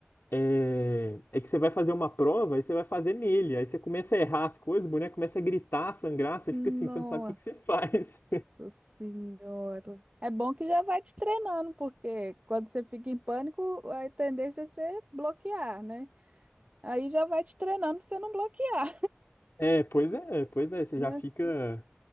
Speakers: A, on the left; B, on the right.
A: é, é que você vai fazer uma prova e você vai fazer nele. Aí você começa a errar as coisas, o boneco começa a gritar, a sangrar, você
B: Nossa
A: fica assim, você não sabe o que que você <laughs> faz.
B: Senhora. É bom que já vai te treinando, porque quando você fica em pânico, a tendência é você bloquear, né? Aí já vai te treinando pra você não bloquear,
A: É, pois é, pois é,
B: <laughs>
A: você
B: né?
A: já fica,